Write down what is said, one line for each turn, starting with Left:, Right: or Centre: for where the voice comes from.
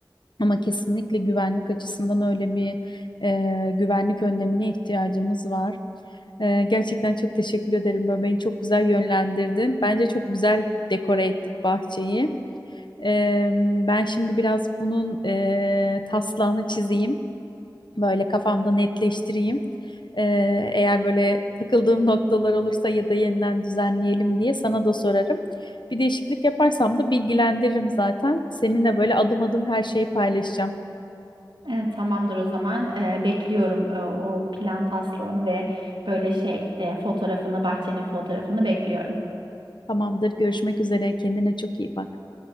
Left: Ama kesinlikle güvenlik açısından öyle bir e, güvenlik önlemine ihtiyacımız var. E, gerçekten çok teşekkür ederim. Böyle beni çok güzel yönlendirdin. Bence çok güzel dekore ettik bahçeyi. E, ben şimdi biraz bunun e, taslağını çizeyim. Böyle kafamda netleştireyim. E, eğer böyle takıldığım noktalar olursa ya da yeniden düzenleyelim diye sana da sorarım. Bir değişiklik yaparsam da bilgilendiririm zaten. Seninle böyle adım adım her şeyi paylaşacağım.
Right: Evet, tamamdır o zaman. Ee, bekliyorum e, o plan taslağını ve böyle şey e, fotoğrafını, bahçenin fotoğrafını bekliyorum.
Left: Tamamdır. Görüşmek üzere. Kendine çok iyi bak.